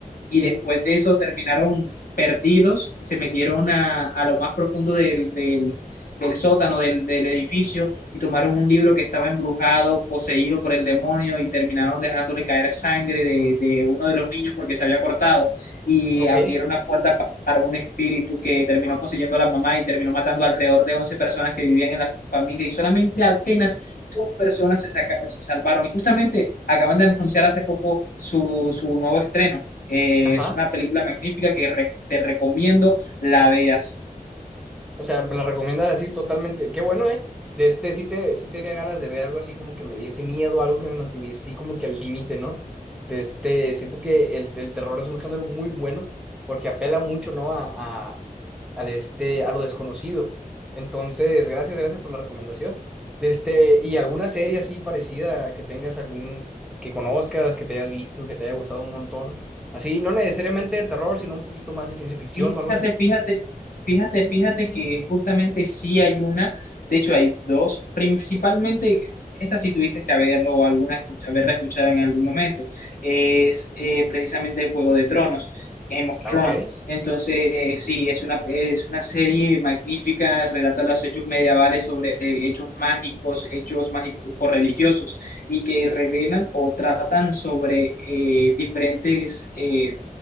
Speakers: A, on the left; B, in the centre.
A: y
B: Sí,
A: después de eso terminaron perdidos, se metieron a, a lo más profundo del, del- del sótano del, del edificio y tomaron un libro que estaba embrujado, poseído por el demonio y terminaron dejándole caer sangre de, de uno de los niños porque se había cortado y
B: Ok,
A: abrieron las puertas pa- para un espíritu que terminó poseyendo a la mamá y terminó matando alrededor de 11 personas que vivían en la familia y solamente apenas dos personas se, saca- se salvaron y justamente acaban de anunciar hace poco su, su nuevo estreno. Eh,
B: ajá.
A: es una película magnífica que re- te recomiendo. La de
B: O sea, me la recomiendas así totalmente. Qué bueno, ¿eh? De este sí, te, sí tenía ganas de ver algo así como que me diese miedo, algo que me mantuviese así como que al límite, ¿no? De este, siento que el, el terror es un género muy bueno porque apela mucho, ¿no? A, a, a de este, a lo desconocido. Entonces, gracias, gracias por la recomendación. De este, y alguna serie así parecida que tengas algún, que conozcas, que te hayas visto, que te haya gustado un montón. Así, no necesariamente de terror, sino un poquito más de ciencia ficción
A: Fíjate,
B: o algo así.
A: fíjate, fíjate, fíjate que justamente sí hay una, de hecho hay dos, principalmente, esta sí tuviste que haberlo o alguna escu- haberla escuchado en algún momento, es eh, precisamente el Juego de Tronos, Game of
B: Ah,
A: Thrones.
B: ok.
A: Entonces, eh, sí, es una, es una serie magnífica, relata los hechos medievales sobre eh, hechos mágicos, hechos mágicos religiosos, y que revelan o tratan sobre eh, diferentes... eh,